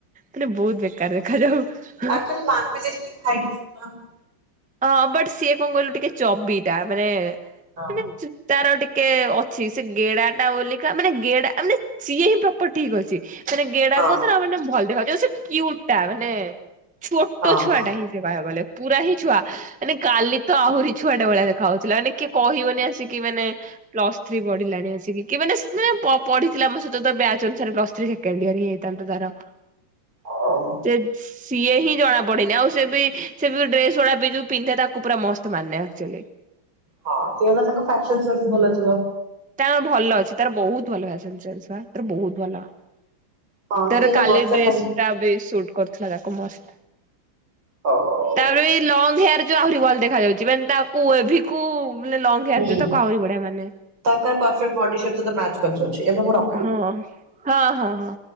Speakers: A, in the centre; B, on the right (about 75°).
A: ମାନେ ବହୁତ ବେକାର ଦେଖାଯାଉ। ‌
B: <unintelligible>
A: ହଁ ବଟ ସିଏ କଣ କହିଲୁ ଟିକେ ଚବିଟା ମାନେ।
B: ହଁ।
A: ମାନେ ତାର ଟିକେ ଅଛି ସେ ଗେଡା ଟା ବଲିକା ମାନେ ଗେଡା ମାନେ ସିଏ ହିଁ ପ୍ର ପଟ୍ ଠିକ୍ ଅଛି ମାନେ ଗେଡା
B: ହଁ
A: କହୁଥିଲ ମାନେ ଭଲ ଦେଖା କ୍ୱୟୁଟା ଟା ମାନେ ଛୋଟ
B: ହଁ
A: ଛୁଆ
B: ହଁ
A: ଟା ହିଁ ସେ ବା ବଲେ ପୁରା ହିଁ ଛୁଆ। ମାନେ କାଲି ତ ଆହୁରି ଛୁଆଟେ ଭଳିଆ ଦେଖାଯାଉଥିଲା ମାନେ କିଏ କହିବନି ଆସିକି ମାନେ ପ୍ଲସ୍ ଥ୍ରୀ ପଢିଲାଣି ଆସିକି କି ମାନେ ପଢିଥିଲା ଆମ ସହିତ ବ୍ୟାଚ୍ ଅନୁସାରେ ପ୍ଲସ୍ ଥ୍ରୀ। କେଣ୍ଡିଆରି ହେଇଥାନ୍ତା ତାର।
B: ହଁ।
A: ସେ ସିଏ ହିଁ ଜଣା ପଡନି ଆଉ ସେ ବି ସେ ଯଉ ଡ୍ରେସ ଗୁଡା ବି ଯଉ ପିନ୍ଧେ ତାକୁ ପୁରା ମସ୍ତ ମାନେ ଆକଚୋଲି।
B: ହଁ ସେ ହେଲା ତାଙ୍କ ଫ୍ୟାଟସ ଭଲଥିବ। ‌
A: ତା ଭଲ ଅଛି ତାର ବହୁତ ଭଲ <unintelligible> ତାର ବହୁତ ଭଲ। ‌
B: ହଁ
A: ତାର
B: ସିଏ ହେଲା
A: କାଲି
B: ବର୍ଷା
A: ଡ୍ରେସ
B: ଟାଇମ
A: ଟା ବି ସୁଟ କରୁଥିଲା ତାକୁ ମସ
B: ହଉ।
A: ତାର ବି ଲଙ୍ଗ ହେୟାର। ଆହୁରି ଭଲ ଦେଖାଯାଉଛି ମାନେ ତାକୁ ଏଭି କୁ ଲଙ୍ଗ
B: ହୁଁ
A: ହେୟାର ଯୋଉ ତାକୁ ଆହୁରି ବଢଆ ମାନେ।
B: <unintelligible> ବଡି ସହିତ ମ୍ୟାଚ କରିଯାଉଛି ଏବଂମୋର
A: ହୁଁ ହଁ ହଁ ହଁ।